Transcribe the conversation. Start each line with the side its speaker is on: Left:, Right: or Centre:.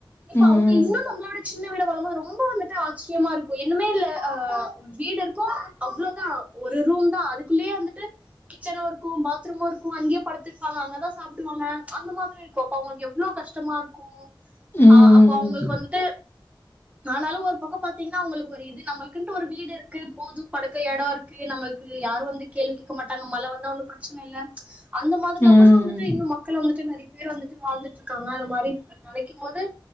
Right: இப்ப
Left: ம்.
Right: அவங்க இன்னு நம்மளோட சின்ன வீடவலமா ரொம்ப வந்துட்டு ஆச்சரியமாருக்கு என்னுமேயில்ல ஆ வீடுருக்கு அவ்ளோதா ஒரு ரூம் தா அதுக்குள்ளயே வந்துட்டு கிச்சனுருக்கு பாத்ரூமுருக்கு அங்கயே படுத்துப்பாங்க அங்கதா சாப்டுவாங்க அந்த மாதிரி இருக்கு அப்ப அவங்களுக்கு எவ்ளோ கஷ்டமா இருக்கு
Left: ம்.
Right: ஆ அப்ப அவங்களுக்கு
Left: ம்.
Right: வந்துட்டு ஆனாலு ஒரு பக்க பாத்தீங்கனா அவுங்களுக்கு ஒரு இது நம்மளுக்குன்ட்டு ஒரு வீடு இருக்கு போது படுக்க எட இருக்கு நம்மளுக்கு யாரு வந்து கேள்விகேக்க மாட்டாங்க மழ வந்தா ஒன்னு பிரச்சனையில்ல அந்த மாரிலா
Left: ம்.
Right: கூட வந்துட்டு இன்னும் மக்கள் வந்துட்டு நெறய பேர் வந்துட்டு வாழ்ந்துட்டுருக்காங்க அந்த மாரி நளைக்கு போது